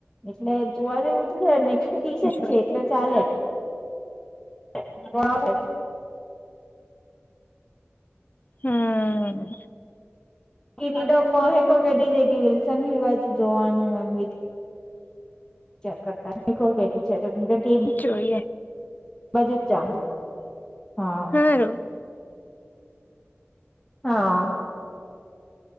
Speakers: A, on the left; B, on the left.
A: એટલે જોવા જેવું છે ને એકસોત્રીશ
B: જોઈએ
A: છે એટલે ચાલે <inaudible>
B: હમ
A: જ વિલસન હિલ બાજુ જોવાનું હોમ ચાર કરતા <unintelligible> ટીમ
B: જોઈએ
A: <unintelligible> હા
B: <inaudible>
A: હા